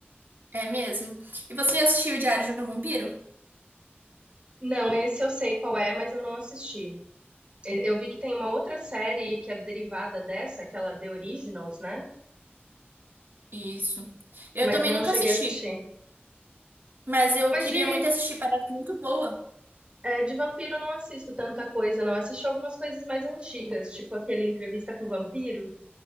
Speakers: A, on the right; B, on the right.
A: É mesmo. E você já assistiu o Diário de um Vampiro?
B: Não, esse eu sei qual é, mas eu não assisti. Eu vi que tem uma outra série que é derivada dessa, aquela The Originals, né?
A: Isso. Eu
B: Mas
A: também
B: não
A: nunca
B: cheguei
A: assisti,
B: a assistir.
A: mas eu
B: Mas
A: queria
B: de,
A: muito assistir, parece muito boa.
B: é, de vampiro eu não assisto tanta coisa, não. Eu assisti algumas coisas mais antigas, tipo aquele Entrevista com o Vampiro,